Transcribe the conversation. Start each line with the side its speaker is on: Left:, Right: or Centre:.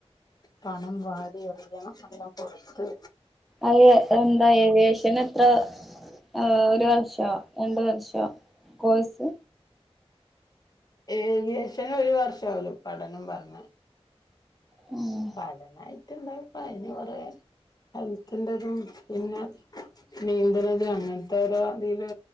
Left: പണം വാരി എറി യണം നല്ലോം കൊട്ത്ത്
Centre: അത് എന്താ ഏവിയേഷന് ഇത്ര ഏഹ് ഒരു വർഷോ രണ്ട് വർഷോ കോഴ്സ്?
Left: ഏവിയേഷന് ഒരു വർഷാ ഓല് പഠനം പറ്ഞ്ഞെ.
Centre: ഉം.
Left: പഠനായിട്ട് ഇണ്ടാവും ഇപ്പൊ അയ്ന് കൊറെ. ഹെൽത്തിന്റെതും പിന്നെ നീന്ത്ണതും അങ്ങനത്തെ ഓരോ ഇതില്